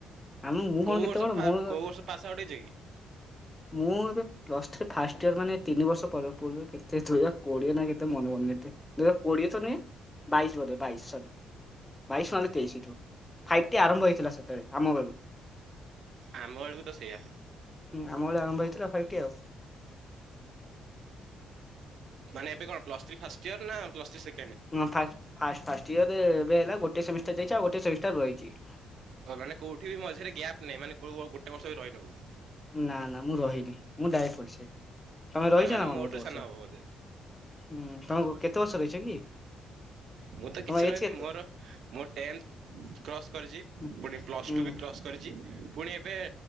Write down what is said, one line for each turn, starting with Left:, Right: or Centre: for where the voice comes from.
Left: ଆମେ ମୁଁ କଣ
Right: କୋଉ
Left: କେତେ
Right: ବର୍ଷ
Left: ବଡ
Right: ଫା
Left: ମୁଁ
Right: କୋଉ ବର୍ଷ ପାସ ଆଉଟ ହେଇଚ କି?
Left: ମୁଁ ଏବେ। ପ୍ଲସ୍ ଥ୍ରୀ ଫାଷ୍ଟ ଇୟର ମାନେ ତିନି ବର୍ଷ ପୂର୍ରୁ କେତେ ଦୁଇ ହଜ କୋଏ ନା କେତେ ମନେ ପଡୁନି ଏତେ। ଦି ହଜାର କୋଡିଏ ତ ନୁହଁ। ବାଇଶ ବୋଧେ ବାଇଶ ସରି ବାଇଶ ନହେଲେ ତେଇଶ ହେଇଥିବ। ଫାଇପଟି ଆରମ୍ଭ ହେଇଥିଲା ସେତବେଳେ ଆମ ବେଳୁ।
Right: ଆମ ବେଳକୁ ତ ସେଇଆ।
Left: ହୁ ଆମ ବେଳେ ଆରମ୍ଭ ହେଇଥିଲା ଫାଇଭ ଟି ଆଉ।
Right: ମାନ ଏବେ କଣ? ପ୍ଲସ ଥ୍ରୀ ଫାଷ୍ଟ ଇୟର ନା ପ୍ଲସ ଥ୍ରୀ ସେକେ
Left: ହ ଫାଷ୍ଟ ଇୟର ଏବେ ହେଲା ଗୋଟେ ସେମିଷ୍ଟାର ଯାଇଚି। ଆଉ ଗୋଟେ ସେମିଷ୍ଟାର ରହିଚି।
Right: ମାନେ କୋଉଠି ମଝିରେ ଗ୍ୟାପ୍ ନାହି ମାନେ କୋଉ ଗୋଟେ ବର୍ଷ ବି ରହିନ କଉଠି।
Left: ନା ନା ମୁଁ ରହିନି ମୁଁ ଡ୍ୟାରେକ୍ଟ ପଶିଯାଏ। ତମେ ରହିଚ
Right: ତାମାନେ
Left: ନା କଣ
Right: ମୋଠୁ
Left: ଗୋଟେ ବର୍ଷ?
Right: ସାନ ହବ ବୋଧେ
Left: ହଁ ତମକୁ କେତେ ବର୍ଷ ରହିଚ କି?
Right: ମୁଁ ତ
Left: ତମ
Right: କିଛି
Left: ଏଜ
Right: ରହିନି
Left: କେତେ?
Right: ମୋର ମୋ ଟେନ୍ଥ କ୍ରସ୍ କରିଚି।
Left: ହୁଁ
Right: ପୁଣି ପ୍ଲସ୍
Left: ହୁଁ
Right: ଟୁ ବି କ୍ରସ୍ କରିଚି। ପୁଣି ଏବେ